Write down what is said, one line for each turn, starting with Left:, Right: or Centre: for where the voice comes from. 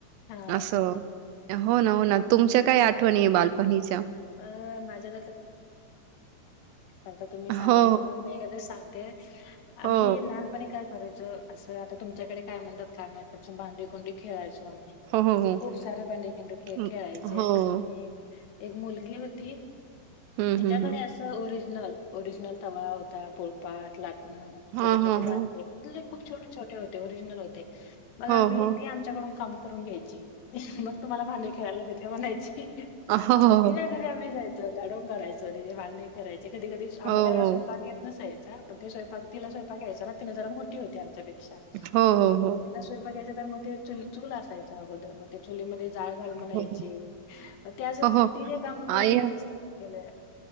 Left: हा.
Right: असं
Left: हा.
Right: हो. ना. हो. ना. तुमच्या काय आठवणी आहे बालपणीच्या?
Left: अ माझ्या ता तुम्ही सांगितलाय
Right: हो
Left: म्हणून मी एखाद्या सांगते आम्ही
Right: हो
Left: लहानपणी काय करायचं असं, आता तुमच्याकडे काय म्हणतात काय माहिती भांडी कोंडी खेळायचो.
Right: हो हो हो
Left: खूप सारे भांडेखिंडू
Right: हो
Left: खे खेळायचे
Right: हो
Left: आणि एक मुल होती.
Right: हम्म
Left: तिच्याकडे
Right: हम्म हम्म
Left: असं ओरिज रिजल ओरिजनल तवा होता पोळपाट, ला ह छोट,
Right: हा
Left: छोटे
Right: हा
Left: बांडे
Right: हो
Left: खूप छोटे, छोटे होते. ते ओरिजनल होते. मग
Right: हो,
Left: आम्ही
Right: हो.
Left: ती आमच्याकडून काम करून घ्यायची. मग तुम्हाला भांडी खेळायला देते म्हणायची.
Right: हो, हो, हो.
Left: त घरी आम्ही जायचं <unintelligible> करायचं. थोडेशे वांगे करायचे. ते कधी कधी आम्हाला
Right: हो, हो.
Left: स्वयंपाक येत नसाय <unintelligible> ते स्वयंपाक तिला स्वयपाक यायचा ना. ती ना जरा मोठी होती आमच्या पेक्षा
Right: हो, हो, हो.
Left: तिला स्वयंपाक यायचा तर मग ते चूल असायच्या अगोदर, मग ते चुलीमध्ये जाळ घाल म्हणायची,
Right: हो, हो.
Left: मग ते असं
Right: हो, हो.
Left: तिजे काम करून
Right: आई
Left: द्यायचे सगळे. केलय.